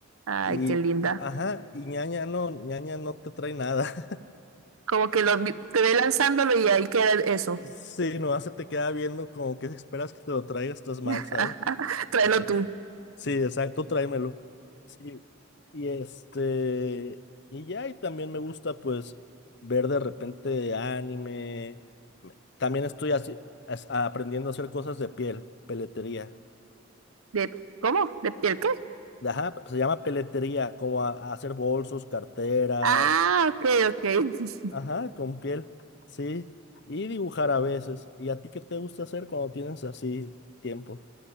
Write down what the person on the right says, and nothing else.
Ay,
qué linda.
Como que lo, te ve lanzándolo y ahí queda eso.
<laughs>
Tráelo
tú.
¿De, ¿cómo? ¿De piel qué?
Ah, ok, ok. <laughs>